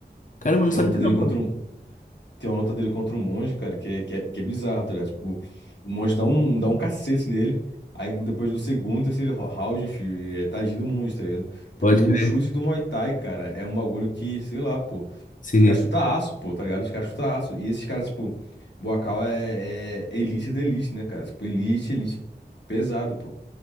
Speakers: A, on the left (about 45°); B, on the left (about 75°).
A: Caramba, eu não
B: Tem
A: sabia
B: uma luta dele
A: não, mano.
B: contra um, tem uma luta dele contra um monge, cara, que é, que é, que é bizarro, tá ligado? Tipo, o monge dá um, dá um cacete nele. Aí depois do segundo, terceiro ro- round, enfim, é tadinho do monge, tá ligado? Porque
A: Pode
B: o
A: crer.
B: chute do Muay Thai, cara, é um bagulho que, sei lá, pô.
A: Sinistro.
B: Os caras chutam aço, pô, tá ligado? Os caras chutam aço. E esses caras, tipo, Boacau é, é elite da elite, né, cara? Tipo, elite, elite pesado, pô.